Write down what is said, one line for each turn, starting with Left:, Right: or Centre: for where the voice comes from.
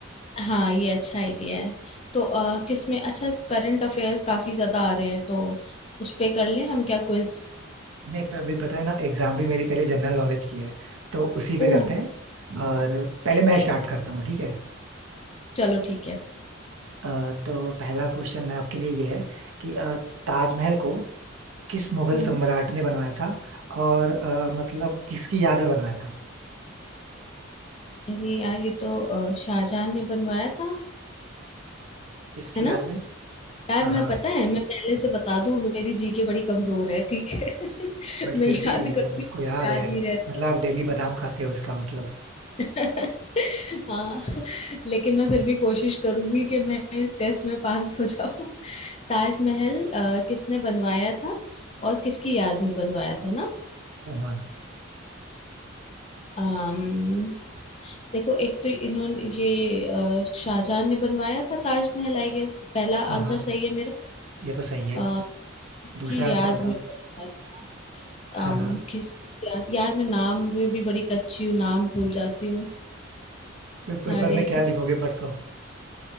Left: हाँ ये अच्छा आइडिया है तो अ, किस में अच्छा करंट अफेयर्स काफी ज्यादा आ रहे हैं तो उस पे कर लें हम क्या क्विज
Right: नहीं पर अभी पता है ना एग्जाम भी मेरी पहले जनरल नॉलेज की है तो उसी पे
Left: ओह
Right: करते हैं और पहले
Left: ठीक
Right: मैं
Left: है
Right: स्टार्ट करता हूँ ठीक है
Left: चलो ठीक है
Right: अ, तो पहला क्वेश्चन है आपके लिए ये है कि अ, ताजमहल को किस मुगल
Left: हम्म
Right: सम्राट ने बनवाया था और अ, मतलब किसकी याद में बनवाया था
Left: अरे यार ये तो अ, शाहजहां ने बनवाया था
Right: किसकी
Left: है ना
Right: याद में
Left: यार
Right: हाँ हाँ
Left: मैं पता है मैं पहले से बता दूं मेरी जीके बड़ी कमजोर है ठीक है
Right: बट
Left: <laughs> मैं
Right: फिर
Left: याद
Right: भी
Left: करती
Right: आपको
Left: हूँ
Right: याद
Left: याद
Right: है
Left: नहीं रहता
Right: मतलब
Left: है।
Right: आप डेली बादाम खाते हो इसका मतलब
Left: <laughs> हाँ लेकिन मैं फिर भी कोशिश करूंगी कि मैं इस टेस्ट में पास हो जाऊं ताजमहल अ, किसने बनवाया था और किसकी याद में बनवाया था ना
Right: हाँ हाँ
Left: अम्म देखो एक तो इन्होंने ये अ, शाहजहां ने बनवाया था ताजमहल आई गेस पहला
Right: हाँ
Left: आंसर
Right: हाँ,
Left: सही है मेरा
Right: ये तो सही है
Left: अ, उसकी
Right: दूसरा आंसर
Left: याद
Right: बताओ
Left: में बनवाया अम्म
Right: हाँ हाँ
Left: किस याद यार मैं नाम में भी बड़ी कच्ची हूँ नाम भूल जाती हूँ
Right: पे, पेपर
Left: अरे
Right: में क्या
Left: किस
Right: लिखोगे परसों